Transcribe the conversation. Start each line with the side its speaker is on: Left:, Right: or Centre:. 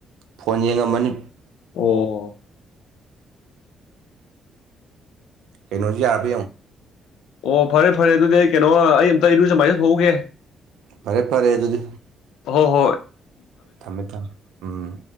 Right: ꯐꯣꯟ ꯌꯦꯡꯉꯝꯕꯅꯤ
Left: ꯑꯣ
Right: ꯀꯩꯅꯣꯁꯨ ꯌꯥꯔꯕ ꯌꯦꯡꯉꯨ
Left: ꯑꯣ ꯐꯔꯦ ꯐꯔꯦ ꯑꯗꯨꯗꯤ ꯀꯩꯅꯣ ꯑꯩ ꯑꯝꯇ ꯏꯔꯨꯖꯥ ꯃꯥꯏꯖ ꯊꯣꯛꯎꯒꯦ
Right: ꯐꯔꯦ ꯐꯔꯦ ꯑꯗꯨꯗꯤ
Left: ꯍꯣ ꯍꯣꯏ
Right: ꯊꯝꯃꯦ ꯊꯝꯃꯦ ꯎꯨꯝ ꯎꯨꯝ